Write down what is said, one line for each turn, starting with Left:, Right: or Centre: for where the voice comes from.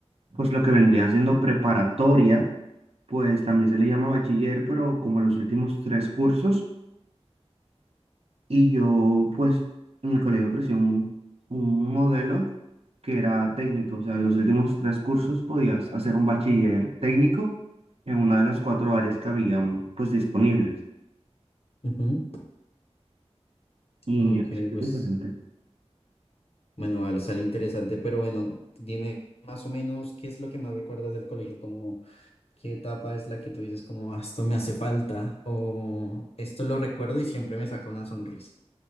Right: pues lo que vendría siendo preparatoria, pues también se le llama bachiller, pero como los últimos tres cursos, Y yo, pues, en mi colegio ofrecí un, un modelo que era técnico, o sea, los últimos tres cursos podías hacer un bachiller técnico en una de las cuatro áreas que habían, pues, disponibles.
Left: Ujú.
Right: Y
Left: Ok,
Right: así es
Left: pues
Right: diferente.
Left: bueno, vale, sale interesante, pero bueno, dime más o menos qué es lo que más recuerdas del colegio, como ¿Qué etapa es la que tú dices como, "Ah, esto me hace falta o esto lo recuerdo y siempre me saca una sonrisa?